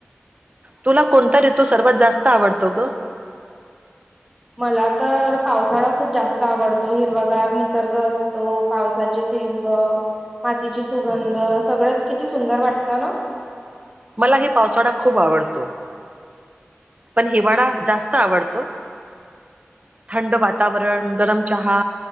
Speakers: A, on the right; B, in the centre.
A: तुला कोणता ऋतू सर्वात जास्त आवडतो ग?
B: मला तर पावसाळा खूप जास्त आवडतो. हिरवागार निसर्ग असतो. पावसाचे थेंब. मातीची सुगंध सगळ्यांच किती सुंदर वाटत ना?
A: मला हे पावसाळा खूप आवडतो. पण हिवाळा जास्त आवडतो.
B: <inaudible>
A: थंड वातावरण गरम चहा